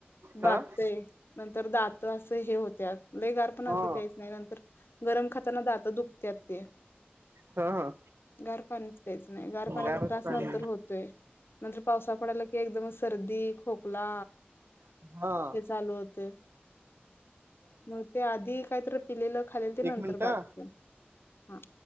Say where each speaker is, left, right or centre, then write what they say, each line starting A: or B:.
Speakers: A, on the right; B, on the left.
A: ह
B: बातते नंतर दात तर असं हे होत्यात ल गार पाणाती
A: ह
B: प्यायचं नाही नंतर गरम खाताना दात दुखत्यात ते
A: ह ह
B: गार पाणीच प्यायचं नाही गार पाण्याचा
A: गारच
B: त्रास
A: पाणी
B: नं तर होतोय नंतर पावसा पडायला की एकदमच सर्दी खोकला
A: हा हा
B: हे चालू होते मग ते आधी काहीतरी पिलेलं खालेल ते
A: एक
B: नंतर
A: मिनिट
B: बदते हा